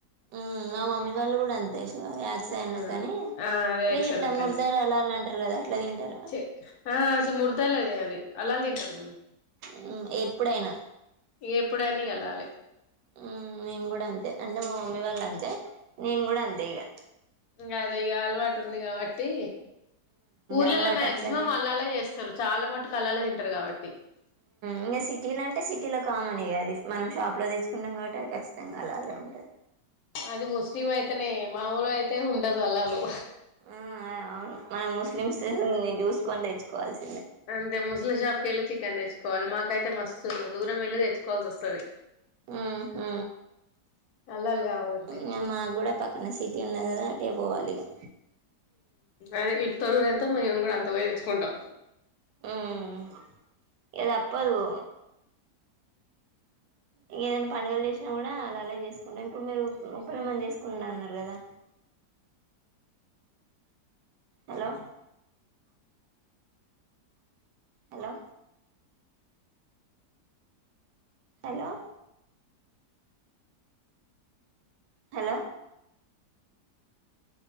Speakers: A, on the right (about 90°); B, on the left (about 70°).
A: హ్మ్మ్ మా మమ్మీ వాళ్ళు గూడా అంతే యాక్స
B: హ్మ్
A: అనా కానీ
B: ఆ అదే
A: మీరు
B: ఎక్సర్లకనే
A: ఇట్లా <unintelligible> అలా అంటారు కదా అట్లా తింటరా?
B: ఛీ ఆ అ ముడతలేద అది అల్లాి తింటాం మేము
A: హ్మ్మ్ ఎప్పుడైనా
B: ఎప్పుడన్న వెళ్ళాలి
A: ఉమ్ మేము గూడా అంతే అంటే మా మమ్మీ వాళ్ళంతే. నేను గూడా అంతే ఇగ
B: ఇంగ ఇగ అలవాటుంది కాబట్టి ఊర్లల్లో
A: అలవాటు
B: మాక్సిమం
A: అట్లనే
B: అలల చేస్తరు. చాలా మట్టుకు అళ్ళాలే తింటరు కాబట్టి
A: ఇంగ సిటీలో అంటే సిటీలో కామన్ ఇగ అది. మనం షాప్ లో తెచ్చుకుంటాం కాబట్టి అది ఖచ్చితంగా అలాగే ఉంటది.
B: అది ముస్లిం అయితేనే మామూలు అయితే ఉండదు. అల్లాలు
A: ఆ ఆ అవును మనం ముస్లిమ్స్ నీ చూసుకొని తెచ్చుకోవాలిసి
B: అంతే ముసలి షాప్కి వెళ్ళి చికెన్ తెచ్చుకోవాలి మాకైతే మస్తు దూరమెల్లి తెచ్చుకోవాల్సి వస్తది
A: ఊహు
B: అల్లాలు కావాలంటే
A: ఇంగ మాక్కూడా పక్కన సిటీ ఉంది కదా! ఇగ పోవాలిగా
B: అదే ఇ తరుగుర ఎంతో మేము కూడా అంత పోయి తెచ్చుకుంటాం
A: హ్మ్మ్ ఇగ తప్పదు. ఇగేదైనా పండగలు చేసినా కూడా అలలా చేసుకుంటా. ఇప్పుడు మీరు ముప్పలమ్మని చేసుకున్నా అన్నరు కదా!
B: అ
A: hello hello hello hello